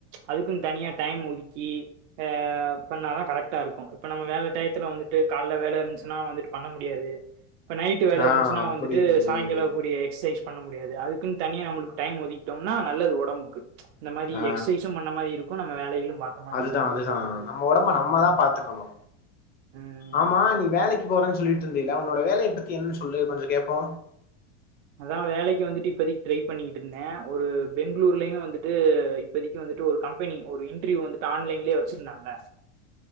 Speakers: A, on the right; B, on the left.
A: அதுக்கும் தனியா டைம் ஒதுக்கி அ பண்ணாதா கரெட்டா இருக்கு இப்ப நம்ம வேல டையத்துல வந்துட்டு கால்ல வல இந்துச்சி னா வந்துட்டு பண்ண முடியாது இப்போ நைட்டு வேல
B: ஆ
A: இருந்துச்சுன்னா வந்துட்டு
B: புரியுது புரியுது
A: சாயங்காலே கூடிய எக்சைஸ் பண்ண முடியாது அதுக் க்குன்னு தனியா நம்மளுக்கு டைம் ஒதிக்கிட்டோமனா நல்லது வொடம்புக்கு இந்த மாரி
B: ஆ
A: எக்சைஸும் பண்ண மாரி இருக்கு நம்ம வேலைகளு பாத்த மாரி
B: அதுதா
A: இருக்கு
B: அதுதா
A: இந்த மாரி
B: நம்ம ஒடம்ப நம்மதா
A: ம்
B: பாத்துக்கணு
A: ம்
B: ஆமா நீ வேலைக்கு போறேன்னு சொல்லிட்டு இருந்தல உன்னோட வேலய பத்தி என்னன்னு சொல்லு கொஞ்ச கேப்போ
A: அதா வேலைக்கு வந்துட்டு இப்போதைக்கு ட்ரை பண்ணிட்டு இருந்தே ஒரு பெங்களூர்லயு வந்துட்டு இப்பதக்கு வந்துட்டு ஒரு கம்பெனி ஒரு இன்டிரிவ் வந்துட்டு ஆன்லைன்லயே வச்சுருந்தாங்க